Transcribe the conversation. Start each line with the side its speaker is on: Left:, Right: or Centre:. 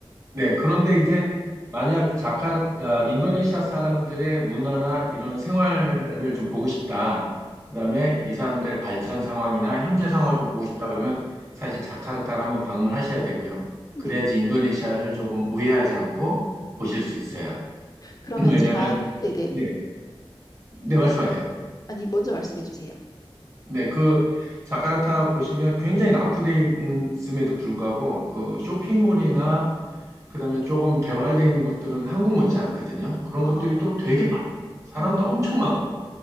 Right: 네, 그런데 이제 만약 자카르, 어, 인도네시아 사람들의 문화나 이런 생활을 좀 보고 싶다. 그다음에 이 사람들의 발전 상황이나 현재 상황을 좀 보고 싶다 그러면 사실 자카르타를 한번 방문하셔야 되고요.
Left: 네.
Right: 그래야지 인도네시아를 조금 오해하지 않고 보실 수 있어요.
Left: 그러면
Right: <clears throat> 왜냐하면
Left: 제가 네네.
Right: 네, 네 말씀하세요.
Left: 아니, 먼저 말씀해 주세요.
Right: 네, 그 자카르타 보시면 굉장히 낙후돼 있음에도 불구하고 그 쇼핑몰이나 그다음에 조금 개발되어 있는 곳들은 한국 못지 않거든요. 그런
Left: 아,
Right: 것들이 또 되게 많아요. 사람도
Left: 음,
Right: 엄청 많고.